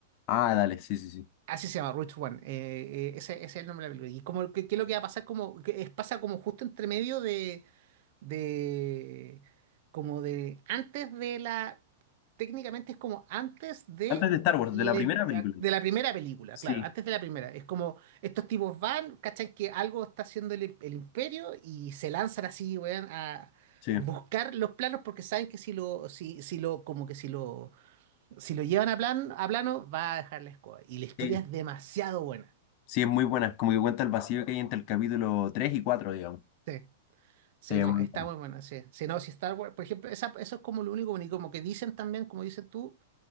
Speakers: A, on the left; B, on the right.
A: Ah, dale, sí, sí, sí.
B: Así se llama, Rich One. Eh, eh, ese, ese es el nombre de la película. Y como, que qué es lo que va a pasar? Como, que es- pasa como justo entre medio de, de como de antes de la técnicamente es como antes de
A: Antes de Star Wars,
B: le-
A: de la primera película.
B: de la primera película,
A: Sí,
B: claro, antes de la primera. Es como estos tipos van, cachan que algo está haciendo el, el imperio y se lanzan así, weón, a
A: sí.
B: buscar los planos porque saben que si lo si, si lo como que si lo si lo llevan a plan a plano va a dejar la escoba y la historia
A: Sí,
B: es demasiado buena.
A: Sí, es muy buena, como que cuenta el vacío que hay entre el capítulo 3 y 4, digamos.
B: Sí. Sí,
A: Sí, es
B: no,
A: muy
B: está
A: buena.
B: muy buena, sí. Si no, si Star Wars, por ejemplo, esa- eso es como lo único bonito, como que dicen también, como dices tú,